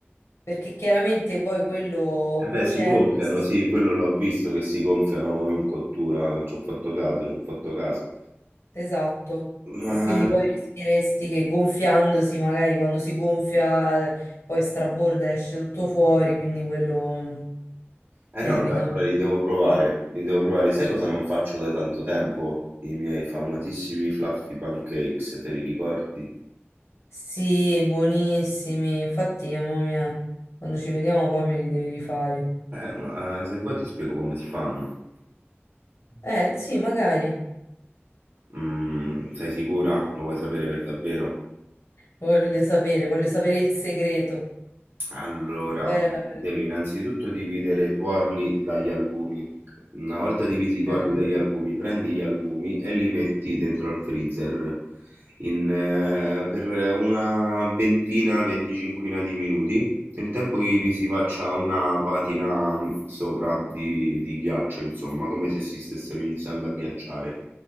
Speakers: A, on the left; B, on the right.
A: perché chiaramente poi quello
B: E beh,
A: cuocendosi
B: si gonfiano, sì, quello l'ho visto che si gonfiano in cottura, ci ho fatto caso, ci ho fatto caso.
A: Esatto,
B: Ma...
A: e quindi poi rischieresti che gonfiandosi, magari quando si gonfia, eh, poi straborda e esce tutto fuori, quindi quello mm,
B: Eh no,
A: evita.
B: allora li devo provare, li devo provare. Sai cosa non faccio da tanto tempo? I miei famosissimi fluffy pancakes, te li ricordi?
A: Sì, buonissimi. Infatti, mamma mia, quando ci vediamo poi me li devi rifare.
B: Eh, ma eh, se vuoi ti spiego come si fanno.
A: Eh, sì, magari.
B: Mm, sei sicura? Lo vuoi sapere per davvero?
A: Voglio sapere, voglio sapere il segreto.
B: Allora,
A: Svelamelo.
B: devi innanzitutto dividere i tuorli dagli albumi. Una volta divisi
A: Ok.
B: i tuorli dagli albumi, prendi gli albumi e li metti dentro al freezer in, eh, per una ventina, venticinquina di minuti, nel tempo che vi si faccia una patina mh, sopra di, di ghiaccio, insomma, come se si stessero iniziando a ghiacciare.